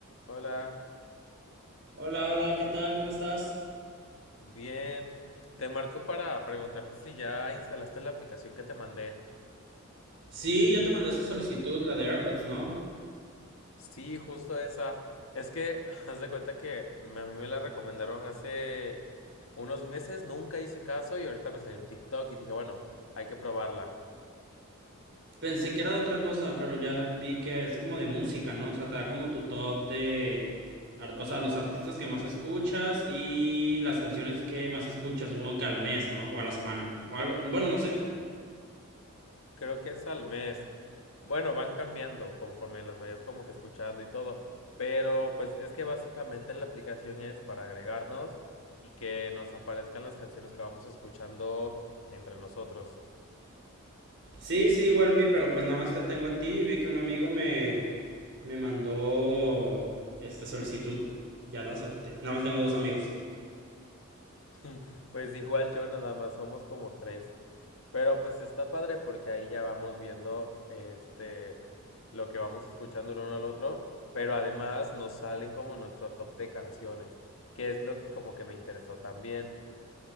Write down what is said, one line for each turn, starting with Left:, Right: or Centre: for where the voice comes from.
Left: Hola,
Right: Hola, hola, ¿qué tal? ¿Cómo estás?
Left: bien. Te marco para preguntarte si ya instalaste la aplicación que te mandé.
Right: Sí, ya te mandé esa solicitud, la de AirPods, ¿no?
Left: Sí, justo esa. Es que <laughs> haz de cuenta que me- a mí me la recomendaron hace unos meses, nunca hice caso y ahorita me salió un TikTok y dije, bueno, hay que probarla.
Right: Pensé que era de otra cosa, pero ya vi que es como de música, ¿no? O sea, te da como tu top de, ar- o sea, los artistas que más escuchas y las canciones que más escuchas, supongo que al mes, ¿no? O a la semana, o algo, bueno, no sé.
Left: Creo que es al mes. Bueno, van cambiando conforme las vayas como que escuchando y todo. Pero pues es que básicamente la aplicación es para agregarnos y que nos aparezcan las canciones que vamos escuchando entre nosotros.
Right: Sí, sí, igual vi, pero pues nada más te tengo a ti y vi que un amigo me, me mandó, este, solicitud. Ya lo acepté. Nada más tengo dos amigos.
Left: <laughs> Pues igual yo nada más somos como tres. Pero pues está padre porque ahí ya vamos viendo este lo que vamos escuchando el uno al otro, pero además nos salen como nuestro top de canciones, que es lo que como que me interesó también.